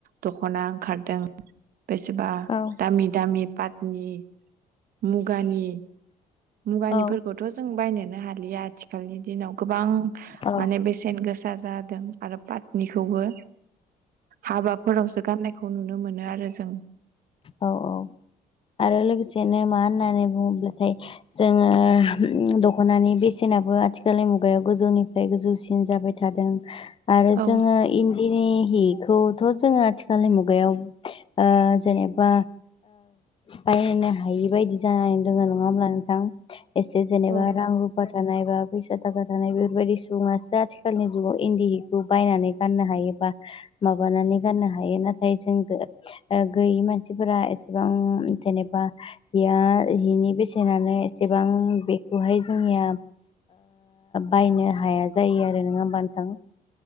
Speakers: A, on the right; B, on the left.
A: दख'ना ओंखारदों बेसेबा
B: औ
A: दामि दामि पाटनि मुगानि मुगानिफोरखौथ'
B: औ
A: जों बायनोनो हालिया आथिखालनि दिनाव गोबां
B: औ
A: माने बेसेन गोसा फसा जादों आरो पातनिखौबो हाबाफोरावसो गाननाय बेखौ नुनो मोनो आरो जों
B: औ औ आरो लोगोसेनो मा होननानै बुङोब्लाथाय जोङो दख'नानि बेसेनाबो आथिखालनि मुगायाव गोजौनिफ्राय गोजौसिन जाबाय थादों आरो
A: औ
B: जोङो इन्दिनि हिखौथ' जोङो आथिखालनि मुगायाव जेनेबा बायनो हायि बायदि जानानै दोङो नङा होमब्ला नोंथां एसे जेनेबा
A: औ
B: रां थानाय बा फैसा थाखा थानाय बेफोरबायदि सुबुङासो आथिखालनि जुगाव इन्दि हिखौ बायनानै गाननो हायोबा माबानानै गाननो हायो नाथाय जों गैयि मानसिफोरा एसेबां जेनेबा बेया बेनि बेसेनानो एसेबां बेखौहाय जोंनिया बायनो हाया जायो आरो नङा होमबा नोंथां